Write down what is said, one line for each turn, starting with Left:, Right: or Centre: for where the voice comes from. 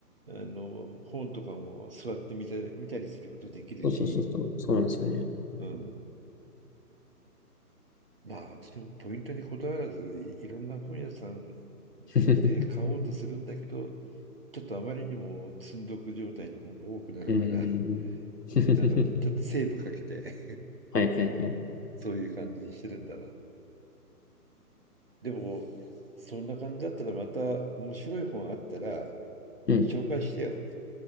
Right: あの本とかも座って見た、見たりすることできるし、
Left: そうそうそうそう。そうなんですよね。
Right: うん。まあ、私もポイントにこだわらずい、いろんな本屋さんで買おうとするんだけど、
Left: <laughs>
Right: ちょっとあまりにも積んどく状態の本が多くなるから、
Left: うん。うんうん
Right: <laughs> あ
Left: <laughs>
Right: の、ちょっとセーブかけて、
Left: はいはいはい。
Right: そういう感じにしてるんだわ。でも、そんな感じだったらまた面白い本あったら
Left: うん。
Right: 紹介してよ。